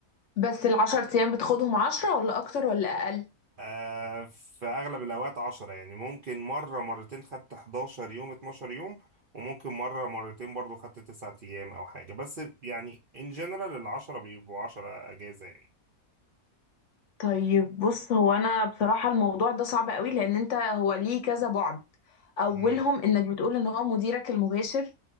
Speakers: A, on the left; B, on the right.
A: بس العشر أيام بتاخدهم عشرة ولا أكتر ولا أقل
B: آه في اغلب الاوقات 10 يعني ممكن مرة مرتين خدت 11 يوم 12 يوم وممكن مرة مرتين برضو خدت 9 ايام او حاجة بس يعني ان جنرال ال 10 بيبقوا 10 اجازة يعني
A: طيب بص هو أنا بصراحة الموضوع ده صعب قوي لأن انت هو ليه كذا بعد أولهم
B: مم.
A: إنك بتقول إن هو مديرك المباشر